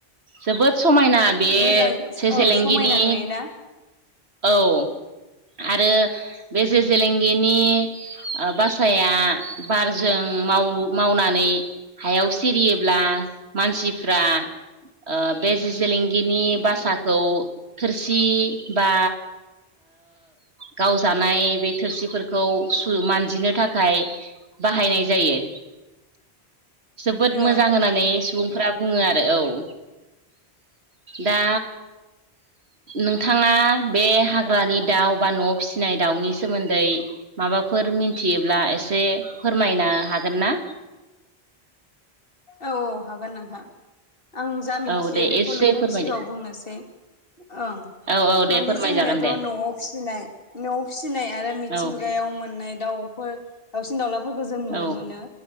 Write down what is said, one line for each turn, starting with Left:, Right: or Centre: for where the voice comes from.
Right: जोबोद समायना बे
Left: मोजां
Right: जे
Left: औ
Right: जेलेंगिनि-
Left: समायना नुयोना
Right: औव आरो बे जे जेलेंगिनि बासाया बारजों माव मावनानै हायाव सिरियोब्ला मानसिफ्रा ओ बे जि जलेंगिनि बासाखौ थोरसि बा गावजानाय बे थोरसिफोरखौ मानजिनो थाखाय बाहायनाय जायो। जोबोद
Left: औ
Right: मोजां होननानै सुबुंफ्रा बुंङो आरो औव दा नोंथाङा बे हाग्रानि दाउ बा न' फिसिनाय दाउनि सोमोन्दै? माबाफोर मिथियोब्ला एसे फोरमायनो हागोन ना?
Left: औ औ हागोन नोंथां आं जा मिथियो
Right: औ दे
Left: बेखौ
Right: एसे
Left: नोंथांनि
Right: फोरमायदो
Left: सिगांङाव बुंनोसै। ओं
Right: औ औ दे
Left: माने
Right: फोरमायजागोन
Left: जोंनियाथ'
Right: दे
Left: न'आव फिसिनाय न' फिसिनाय आरो मिथिंगायाव
Right: औ
Left: मोननाय दाउफोर दाउसिन दावउलाफोरखौ जों नुनो
Right: औ
Left: मोनो